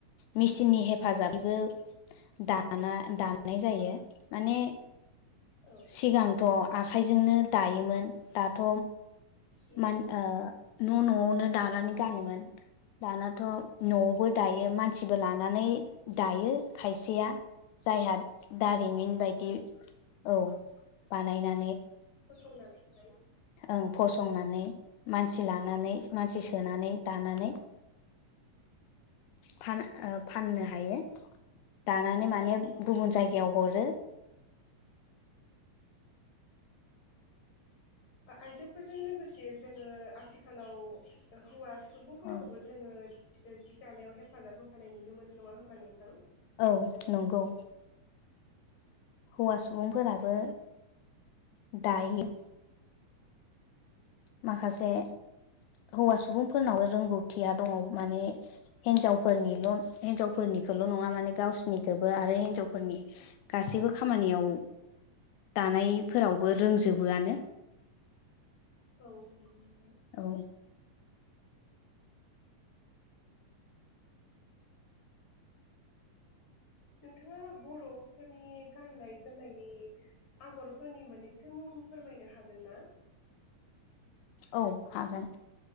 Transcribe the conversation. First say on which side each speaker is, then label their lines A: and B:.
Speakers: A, on the left; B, on the left.
A: मेसिननि हेफाजाब बेबो दाना दाननाय जायो माने
B: औ
A: सिगांथ' आखाइजोंनो दायोमोन दाथ'
B: नंगौ
A: मान ओ न' न'यावनो दानानै गानोमोन दानाथ' न'आवबो दायो मानसि बो लानानै दायो खायसेया जायहा दारिमिन बायदि औ बानायना
B: फसंनानै
A: ओं फसंनानै मानसिला नानै मानसि सोनानै दानानै फान ओ फाननो हायो दानानै माने
B: नंगौ नोंथां
A: गुबुन जायगायाव हरो <unintelligible>
B: आइजोफोरजों लोगोसे जोङो आथिखालाव हौवा सुबुंफोरखौबो
A: औ
B: जोङो जि दानायाव हेफाजाब होफानाय नुनो मोनो नङा होमबा नोंथां?
A: औ नंगौ हौवा सुबुंफोरा बो दायो माखासे हौवा सुबुंफोरनावबो रोंगौथिया दङ माने हिनजावफोरनिल हिनजावफोरनिखौल नङा माने गावसिनिखौबो आरो हिनजावफोरनि गासैबो खामानियाव दानायफोरावबो रोंजोबोआनो
B: औ नंगौ।
A: औ
B: नोंथाङा बर'फोरनि गाननाय जोमनायनि आगरफोरनि मोननैसो मुं फोरमायनो हागोन ना
A: औ हागोन।